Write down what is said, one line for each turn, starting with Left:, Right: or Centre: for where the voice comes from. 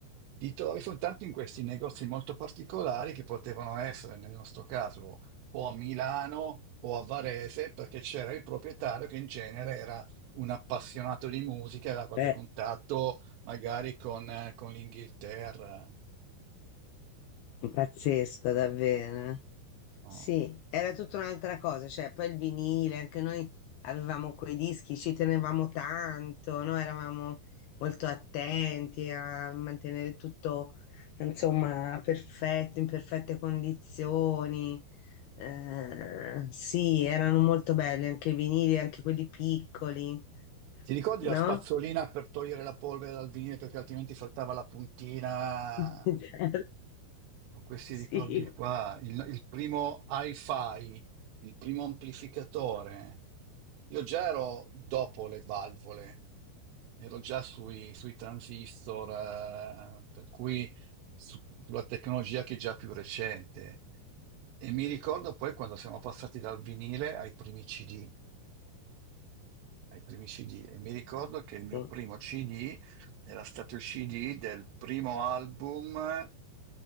Right: Ti trovi soltanto in questi negozi molto particolari che potevano essere, nel nostro caso, o a Milano o a Varese, perché c'era il proprietario che in genere era un appassionato di musica, aveva qualche
Left: Beh,
Right: contatto magari con, eh, con l'Inghilterra.
Left: pazzesco davvero.
Right: No.
Left: Sì, era tutta un'altra cosa, cioè poi il vinile, anche noi avevamo quei dischi, ci tenevamo tanto, no? Eravamo molto attenti a mantenere tutto, insomma, perfetto, in perfette condizioni. Eh, sì, erano molto belli anche i vinili, anche quelli piccoli,
Right: Ti ricordi
Left: no?
Right: la spazzolina per togliere la polvere dal vinile perché altrimenti saltava la puntina?
Left: <laughs> Certo,
Right: Con questi
Left: Sì.
Right: ricordi qua, il, il primo hi-fi, il primo amplificatore. Io già ero dopo le valvole, ero già sui, sui transistor, eh, per cui su- sulla tecnologia che è già più recente. E mi ricordo poi quando siamo passati dal vinile ai primi CD. Ai primi CD. E mi ricordo che il mio
Left: Sì.
Right: primo CD era stato il CD del primo album